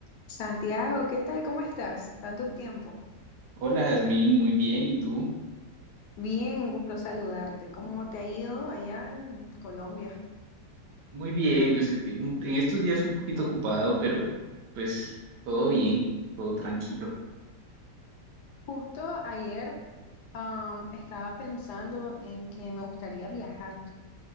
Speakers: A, on the left; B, on the right.
A: Santiago, ¿qué tal? ¿Cómo estás? Tanto tiempo.
B: Hola, Jazmín, muy bien, ¿y tú?
A: Bien, un gusto saludarte. ¿Cómo te ha ido allá en Colombia?
B: Muy bien, pues en en estos días un poquito ocupado, pero pues todo bien, todo tranquilo.
A: Justo ayer, am, estaba pensando en que me gustaría viajar